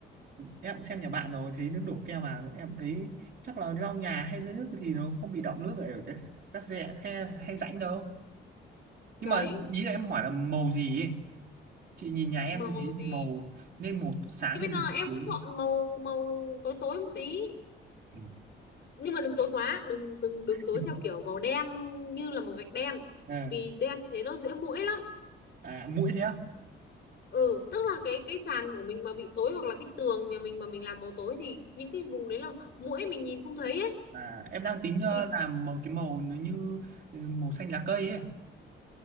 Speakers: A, on the right; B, on the left.
A: em cũng xem nhà bạn rồi thấy nó đổ keo vào em thấy chắc là lau nhà hay lấy nước thì nó không bị đọng nước ở cái các rẽ khe hay rãnh đâu nhưng
B: đấy
A: mà ý là em hỏi là màu gì ấy. chị nhìn nhà em
B: màu
A: như thế thì
B: thì
A: màu nên màu sáng
B: thì
A: hay
B: bây
A: màu
B: giờ em
A: tối
B: cứ chọn màu màu tối tối một tí
A: ừ.
B: nhưng mà đừng tối quá đừng đừng đừng
A: <laughs>
B: tối theo kiểu màu đen như là màu gạch đen
A: à,
B: vì đen như thế nó dễ muỗi lắm
A: à, mũi thế à?
B: ừ tức là cái cái sàn của mình mà bị tối hoặc là cái tường nhà mình mà mình làm màu tối thì những cái vùng đấy là muỗi mình nhìn không thấy ấy
A: À, em đang tính ờ,
B: thì
A: làm một cái màu nó như ừ, màu xanh lá cây ấy